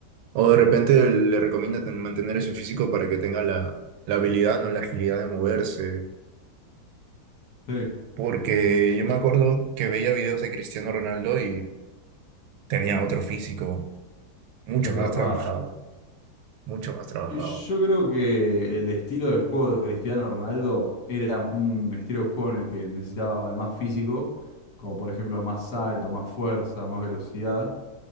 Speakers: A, on the right (about 80°); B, on the left (about 60°).
A: O de repente le recomienda ten- mantener ese físico para que tenga la, la habilidad, no la agilidad de moverse.
B: Sí, eso
A: Porque yo me acuerdo que veía videos de Cristiano Ronaldo y tenía otro físico, mucho
B: es
A: más
B: verdad.
A: trabajado, mucho más trabajado.
B: Y Yo creo que el estilo de juego de Cristiano Ronaldo era un estilo de juego en el que necesitaba de más físico, como por ejemplo más salto, más fuerza, más velocidad.